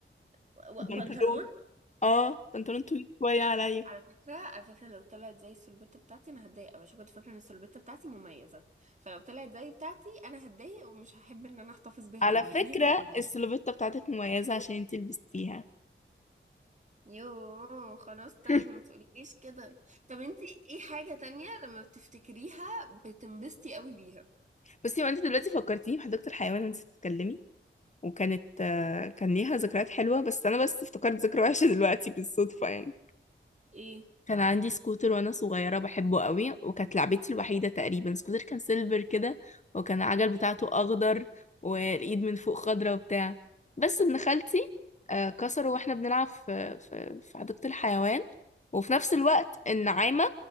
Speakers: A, on the right; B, on the left.
A: و- و-
B: بنطلون
A: بنطلون
B: اه بنطلون طويل شوية عليا
A: على فكرة على فكرة لو طلعت زي السلبتة بتاعتي أنا هتضايق أوي عشان كنت فاكرة إن السلبتة بتاعتي مميزة فلو طلعت زي بتاعتي أنا هتضايق ومش هحب إن أنا أحتفظ بيها
B: على
A: تاني
B: فكرة
A: إن هي عندي
B: السلوفيتا بتاعتك مميزة عشان انت لبستيها
A: يوه خلاص طيب
B: <laughs>
A: ما تقوليليش كده طب انتي ايه حاجة تانية لما بتفتكريها بتنبسطي قوي بيها
B: بصي وانت دلوقتي فكرتيني بحديقة الحيوان وانت بتتكلمي وكانت آه، كان ليها ذكريات حلوة بس انا بس افتكرت ذكرى وحشة دلوقتي بالصدفة يعني
A: ايه
B: كان عندي سكوتر وانا صغيره بحبه قوي وكانت لعبتي الوحيده تقريبا سكوتر كان سيلفر كده وكان العجل بتاعته اخضر والايد من فوق خضره وبتاع بس ابن خالتي آه، كسره واحنا بنلعب في في في حديقه الحيوان وفي نفس الوقت النعامه